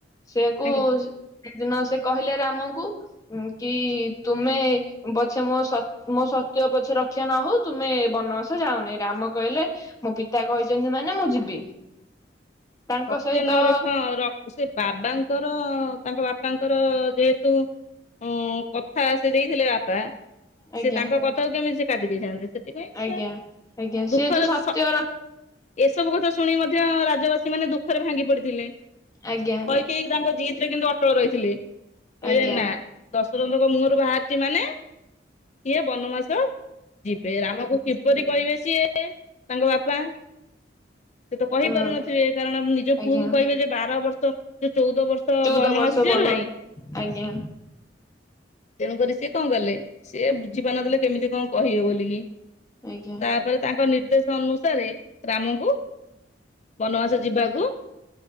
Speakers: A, on the left (about 20°); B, on the left (about 40°).
A: ସେକୁ
B: ଆଜ୍ଞା
A: ସେଦିନ ସେ କହିଲେ ରାମଙ୍କୁ କି ତୁମେ ପଛେ ମୋ ସ ମୋ ସତ୍ୟ ପଛେ ରକ୍ଷା ନ ହଉ ତୁମେ ବନବାସ ଯାଅନି। ରାମ କହିଲେ ମୋ ପିତା କହିଛନ୍ତି ମାନେ ମୁଁ ଯିବି। ତାଙ୍କ
B: ସତ୍ୟ
A: ସହିତ
B: ନ ରଖ ସେ ବାବାଙ୍କର ତାଙ୍କ ବାପାଙ୍କର ଯେହେତୁ ହୁଁ କଥା ସେ ଦେଇଥିଲେ ବାପା
A: ଆଜ୍ଞା
B: ସେ ତାଙ୍କ କଥାକୁ କେମିତି ସେ କାଟି ଦେଇଥାନ୍ତି ସେ <unintelligible>
A: ଆଜ୍ଞା ଆଜ୍ଞା ସିଏ
B: ଦୁଃଖ
A: ଯୋଉ
B: ରେ
A: ସତ୍ୟ
B: ସ
A: ର
B: ଏସବୁ କଥା ଶୁଣି କି ମଧ୍ୟ ରାଜବାସୀମାନେ ଦୁଃଖରେ ଭାଙ୍ଗି ପଡିଥିଲେ।
A: ଆଜ୍ଞା।
B: ସେ କି ତାଙ୍କ ଜିଦୀ ରେ କିନ୍ତୁ ଅଟଳ ରହିଥିଲି। କହିଲେ
A: ଆଜ୍ଞା
B: ନା। ଦଶରଥଙ୍କ ମୁହଁରୁ ବାହାରିଛି ମାନେ ସିଏ ବନବାସ ଯିବେ ରାମକୁ କିପରି କହିବେ ସିଏ ତାଙ୍କ ବାପା। ସେ ତ କହିପାରୁନଥିବେ
A: ହଁ
B: କାରଣ ନିଜ
A: ଆଜ୍ଞା
B: ପୁଅକୁ କହିବେ ଯେ ବାର ବର୍ଷ ଯେ ଚଉଦ ବର୍ଷ ତ
A: ଚଉଦ
B: ବନବାସ
A: ବର୍ଷ
B: ଯିବା
A: ବନ
B: ପାଇଁ।
A: ଆଜ୍ଞା
B: ତେଣୁକରି ସିଏ କଣ କଲେ? ସିଏ ବୁଝି ପାରୁ ନଥିଲେ କେମିତି କଣ କହିବେ ବୋଲିକି?
A: ଆଜ୍ଞା
B: ତାପରେ ତାଙ୍କ ନିର୍ଦ୍ଦେଶ ଅନୁସାରେ ରାମକୁ ବନବାସ ଯିବାକୁ